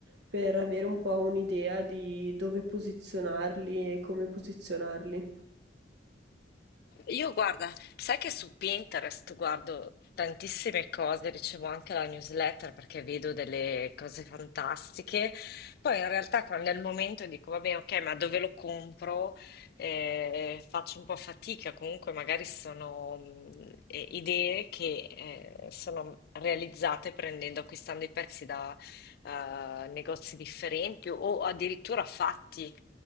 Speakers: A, on the right (about 70°); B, on the left (about 55°).
A: per avere un po' un'idea di dove posizionarli e come posizionarli.
B: Io guarda, sai che su Pinterest guardo tantissime cose, ricevo anche la newsletter perché vedo delle cose fantastiche. Poi in realtà quando è il momento dico, vabbè, ok, ma dove lo compro? Eh, faccio un po' fatica, comunque magari sono mh, eh, idee che eh, sono realizzate prendendo, acquistando i pezzi da eh, negozi differenti o addirittura fatti.